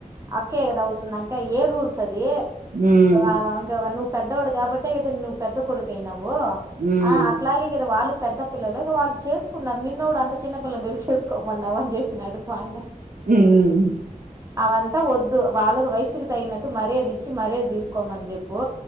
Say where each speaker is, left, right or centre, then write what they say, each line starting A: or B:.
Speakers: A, on the right; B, on the right.
A: అక్కే గద అవుతుంద ఏ రూల్స్ అ ది
B: ఉమ్ ఉమ్
A: అ వన్న పెద్దవాడు కాబట్టే కదా నువ్వు పెద్ద కొడుకు అయినావు వ్
B: ఉమ్
A: అట్లాగే కదా వాళ్ళు పెద్ద పిల్లలు వాళ్ళు చేసుకున్నారు నిన్న కూడా అంత చిన్ని పిల్ల నీ చేసుకోమన్నాని చేసినాడు మా ఆయన
B: ఉమ్
A: అవంతా ఒద్దు వాళ్ళకు వయసుకి తగినట్టు మర్యాద ఇచ్చి మర్యాద తీసుకోమని చెప్ ప్పు